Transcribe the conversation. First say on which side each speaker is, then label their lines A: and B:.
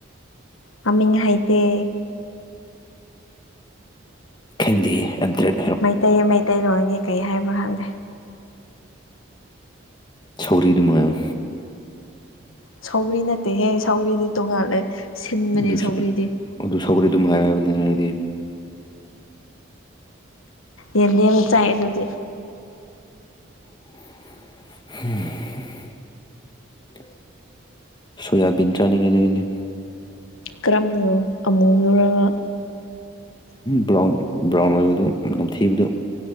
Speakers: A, on the left; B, on the left.
A: ꯃꯃꯤꯡ ꯍꯩꯇꯦ
B: ꯈꯪꯗꯦ ꯑꯗ꯭ꯥꯔꯛ
A: ꯃꯩꯇꯩ ꯃꯩꯇꯩꯂꯣꯟꯒꯤ ꯀꯩ ꯍꯥꯏꯕ꯭ꯔꯥ ꯈꯪꯗꯦ
B: ꯁꯧꯒ꯭ꯔꯤ ꯑꯗꯨꯝ ꯍꯥꯢꯌꯣ
A: ꯁꯧ꯭ꯒꯔꯤ ꯅꯠꯇꯦ ꯍꯦ ꯁꯧꯒ꯭ꯔꯤꯗꯤ ꯇꯣꯉꯥꯜꯂꯦ ꯁꯤꯟꯕꯅꯦ
B: ꯑꯗꯨꯁꯨ
A: ꯁꯧꯒ꯭ꯔꯤꯗꯤ
B: ꯑꯗꯨ ꯁꯧꯒ꯭ꯔꯤ ꯑꯗꯨꯝ ꯍꯥꯏ ꯍꯥꯢꯌꯣ ꯍꯥꯏꯕꯅꯤꯅꯦ ꯑꯩꯗꯤ
A: ꯌꯦꯟꯗꯦꯝ ꯆꯥꯏ ꯑꯗꯨꯗꯤ
B: ꯍꯝ <inaudible> ꯁꯣꯌꯥꯕꯤꯟ ꯆꯥꯅꯤꯡꯉꯤꯗ ꯑꯩꯗꯤ
A: ꯀꯔꯝꯕꯅꯣ ꯑꯃꯨꯕꯔꯣ
B: ꯕ꯭ꯔꯥꯎꯟ ꯕ꯭ꯔꯥꯎꯟ ꯑꯣꯏꯕꯗꯨ ꯅꯝꯊꯤꯕꯗꯨ